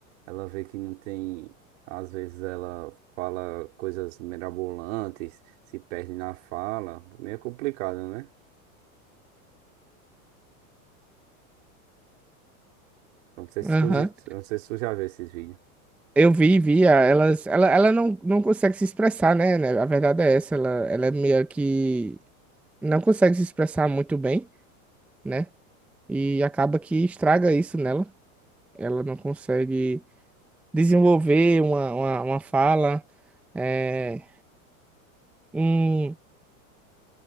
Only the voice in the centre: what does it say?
Aham.
Eu vi, vi, a- elas, ela, ela não, não consegue se expressar, né? né? A verdade é essa, ela, ela é meio que não consegue se expressar muito bem, né? E acaba que estraga isso nela. Ela não consegue. desenvolver uma, uma, uma fala, é, um,